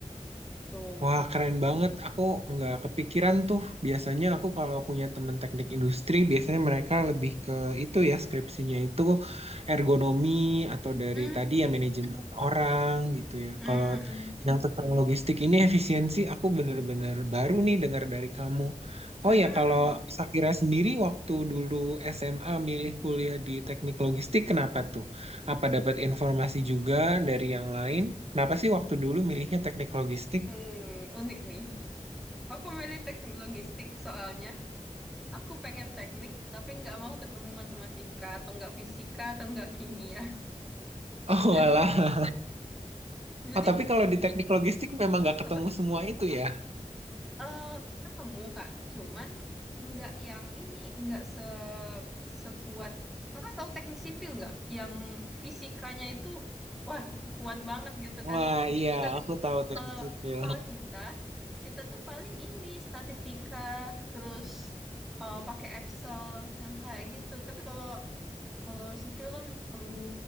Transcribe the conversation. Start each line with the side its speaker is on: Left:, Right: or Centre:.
Centre: tuh.
Right: Wah, keren banget. Aku nggak kepikiran tuh. Biasanya aku kalau punya temen teknik industri, biasanya mereka lebih ke itu ya, skripsinya itu ergonomi atau dari
Centre: Hmm,
Right: tadi ya manajemen orang gitu ya.
Centre: mm,
Right: Kalau
Centre: mm,
Right: yang tentang logistik ini efisiensi, aku bener-bener baru nih dengar dari kamu.
Centre: mm,
Right: Oh
Centre: mm,
Right: ya, kalau
Centre: mm.
Right: Sakira sendiri waktu dulu SMA milih kuliah di teknik logistik, kenapa tuh? Apa dapat informasi juga dari yang lain? Kenapa sih waktu dulu milihnya teknik logistik?
Centre: Hmm, unik nih. Aku milih teknik logistik soalnya Aku pengen teknik, tapi nggak mau ketemu matematika, atau nggak fisika, atau nggak kimia.
Right: Oh
Centre: <laughs> Jadi,
Right: alah.
Centre: jadi
Right: Oh, tapi kalau di teknik logistik memang nggak ketemu
Centre: eh
Right: semua itu ya.
Centre: eh, ketemu, Kak. Cuman nggak yang ini, nggak se sekuat. Kakak tahu teknik sipil nggak? Yang fisikanya itu, wah, kuat banget gitu kan.
Right: Wah iya,
Centre: Tapi
Right: aku tahu teknik
Centre: kalau
Right: sipil.
Centre: kalau kita, kita tuh paling ini, statistika, terus eh, pakai Excel, yang kayak gitu. Tapi kalau Kalau sipil kan perlu